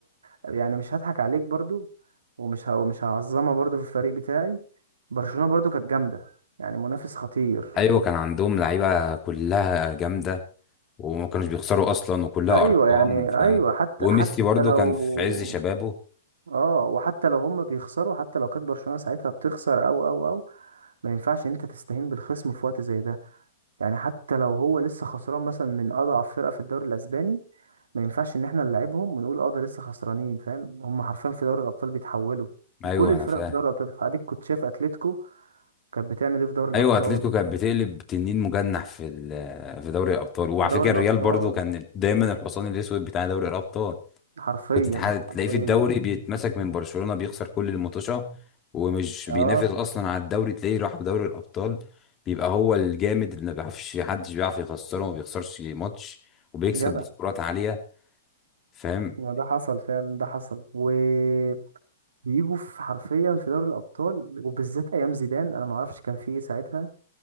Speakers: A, on the right; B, on the left.
A: يعني مش هضحك عليك برضو ومش ه... مش هعظمها برضو في الفريق بتاعي برشلونه برضو كانت جامده يعني منافس خطير
B: ايوه كان عندهم لعيبه كلها جامده وما كانوش بيخسروا اصلا وكلها
A: ايوه
B: ارقام
A: يعني
B: فاهم
A: اه ايوه حتى
B: وميسي
A: حتى
B: برضه
A: لو
B: كان في عز شبابه
A: اه وحتى لو هم بيخسروا حتى لو كانت برشلونه ساعتها بتخسر او او او ما ينفعش ان انت تستهين بالخصم في وقت زي ده يعني حتى لو هو لسه خسران مثلا من اضعف فرقه في الدوري الاسباني ما ينفعش ان احنا نلعبهم ونقول اه ده لسه خسرانين فاهم هم حرفيا في دوري الابطال بيتحولوا وكل
B: ايوه
A: الفرق
B: انا فاهم
A: في دوري الابطال بتتحول. اديك كنت شايف اتلتيكو كانت بتعمل ايه في دوري الابطال
B: ايوه اتلتيكو كانت بتقلب تنين مجنح في ال- في دوري الابطال وعلى
A: في دوري
B: فكره الريال
A: الابطال
B: برضه كان دايما الحصان الاسود بتاع دوري الابطال
A: حرفيا
B: كنت تح- تلاقيه
A: حرفيا
B: في الدوري بيتمسك من برشلونه بيخسر كل الماتشات ومش
A: اه
B: بينافس اصلا على الدوري تلاقيه راح في دوري الابطال بيبقى هو الجامد اللي ما بيعرفش حدش بيعرف يخسره وما بيخسرش ماتش وبيكسب
A: جدع
B: بسكورات عاليه فاهم
A: ما ده حصل فعلا ده حصل وبيجوا في حرفيا في دوري الابطال وبالذات ايام زيدان انا ما اعرفش كان في ايه ساعتها